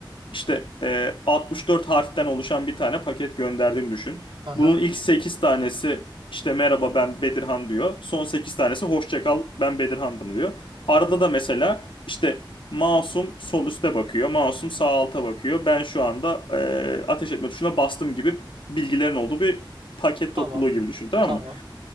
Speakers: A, on the left (about 80°); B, on the right (about 80°).
A: işte e, 64 harften oluşan bir tane paket gönderdiğini düşün.
B: Aha.
A: Bunun ilk 8 tanesi işte merhaba ben Bedirhan diyor. Son 8 tanesi hoşça kal ben Bedirhan'dım diyor. Arada da mesela işte Masum sol üste bakıyor. Masum sağ alta bakıyor. Ben şu anda e, ateş etme tuşuna bastım gibi bilgilerin olduğu bir paket
B: Tamam.
A: topluluğu gibi düşün tamam
B: Tamam.
A: mı?